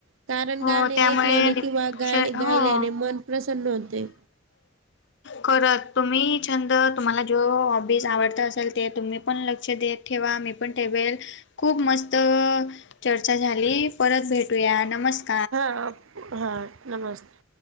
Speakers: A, on the right; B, on the left.
A: कारणं
B: हो
A: गाणें
B: त्यामुळे
A: ऐकल्याने
B: डिप्श
A: किंवा गाणे गाय -
B: हो
A: गायल्यांने मनं प्रसन्न होतें.
B: करतं तुम्हीं छंद तुम्हांला जो हॉबीज आवडतं असेल ते तुम्हीं पणं लक्ष देत ठेवा मी पणं ठेवेल खूंप मस्तं चर्चा झाली परतं भेटूया नमस्कांर
A: हां हां नमस्ते